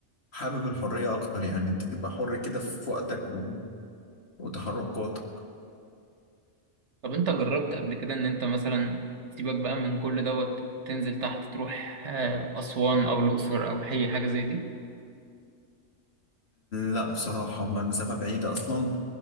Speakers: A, on the left; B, on the right.
A: حابب الحرية اكتر يعني انت تبقى حر كده في وقتك و... وتحركاتك
B: طب انت جربت قبل كده ان انت مثلا سيبك بقى من كل دوت تنزل تحت تروح آه، أسوان أو الأقصر أو أي حاجة زي دي
A: لا بصراحة هما المسافة بعيدة اصلا